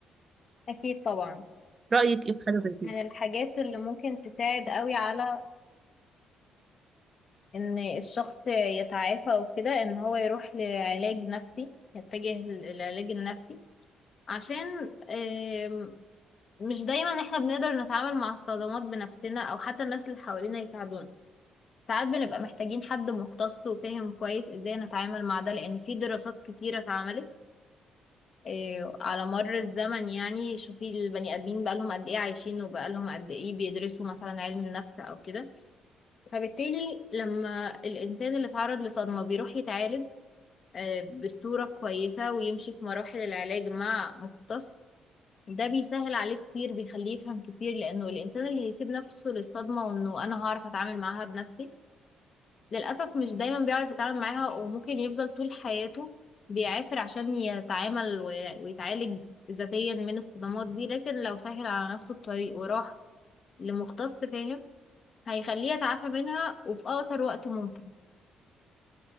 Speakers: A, on the left (about 50°); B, on the right (about 35°).
A: أكيد طبعا
B: رأيك ايه في حاجة زي
A: من
B: كده
A: الحاجات اللي ممكن تساعد قوي على إن الشخص يتعافى وكده إن هو يروح لعلاج نفسي يتجه للعلاج النفسي عشان آم، مش دايما احنا بنقدر نتعامل مع الصدمات بنفسنا أو حتى الناس اللي حوالينا يساعدونا ساعات بنبقى محتاجين حد مختص وفاهم كويس ازاي نتعامل مع ده لأن في دراسات كتيرة اتعملت إيه، على مر الزمن يعني شوفي البني ادمين بقالهم قد ايه عايشين وبقالهم قد ايه بيدرسوا مثلا علم النفس او كده فبالتالي لما الانسان اللي اتعرض لصدمة بيروح يتعالج آه، بصورة كويسة ويمشي في مراحل العلاج مع مختص ده بيسهل عليه كتير بيخليه يفهم كتير لانه الانسان اللي هيسيب نفسه للصدمة وانه انا هعرف اتعامل معاها بنفسي للأسف مش دايما بيعرف يتعامل معاها وممكن يفضل طول حياته بيعافر عشان يتعامل وي- ويتعالج ذاتيا من الصدمات دي لكن لو سهل على نفسه الطريق وراح لمختص فاهم هيخليه يتعافى منها وفي أقصر وقت ممكن